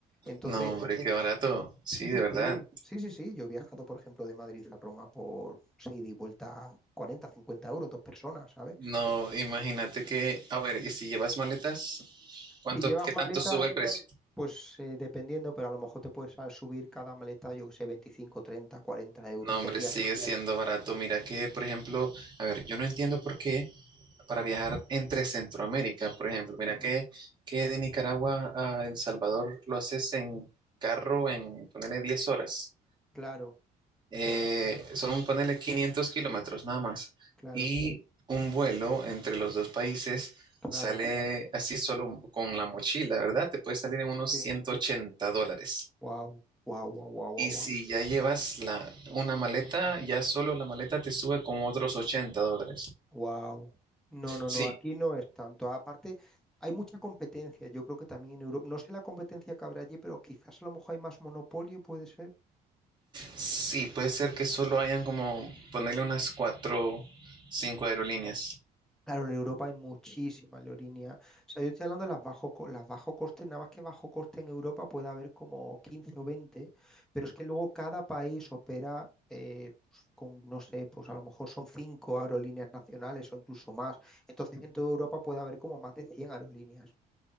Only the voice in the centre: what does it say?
Entonces,
Sí, sí,
sí, sí, sí, sí. Yo he viajado, por ejemplo, de Madrid a Roma por seis ida y vuelta 40, 50 euros, dos personas, ¿sabes?
Si llevas
maletas,
pues eh, dependiendo, pero a lo mejor te puedes ah, subir cada maleta, yo que sé, 25, 30, 40 euros.
Entonces,
ya-
Ujú.
Claro,
claro,
claro,
claro.
Sí.
Wow, wow, wow, wow, wow,
wow.
Wow. No,
no, no, aquí no es tanto. Aparte, hay mucha competencia. Yo creo que también en Europa, no sé la competencia que habrá allí, pero quizás a lo mejor hay más monopolio, puede ser.
Claro, en Europa hay muchísima leorinia. O sea, yo estoy hablando de las bajo, co- las bajo coste, nada más que bajo coste en Europa puede haber como 15 o 20, pero es que luego cada país opera eh, pues, con, no sé, pues a lo mejor son 5 aerolíneas nacionales o incluso más. Entonces en toda Europa puede haber como más de 100 aerolíneas,